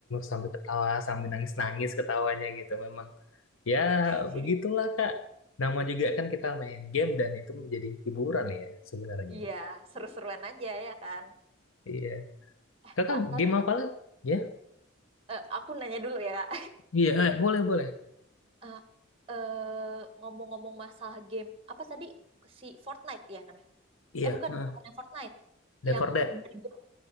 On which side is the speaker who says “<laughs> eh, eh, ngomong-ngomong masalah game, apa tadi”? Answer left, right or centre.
Right